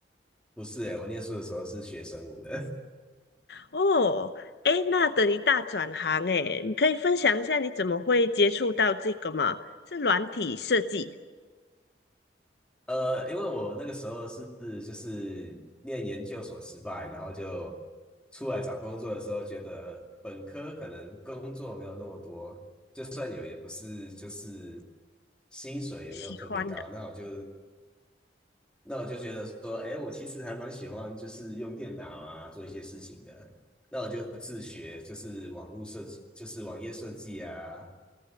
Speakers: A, in the centre; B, on the left.
A: 不是哎，我念书的时候是学生物的，
B: 哦，哎，那等于大转行哎，你可以分享一下你怎么会接触到这个吗？是软体设计，
A: <laughs> 呃，因为我那个时候是就是念研究所失败，然后就出来找工作的时候，觉得本科可能工作没有那么多，就算有也不是就是薪水也没有特别高，
B: 喜欢的。
A: 那我就那我就觉得说，哎，我其实还蛮喜欢，就是用电脑啊做一些事情的。那我就自学，就是网络设计，就是网页设计啊，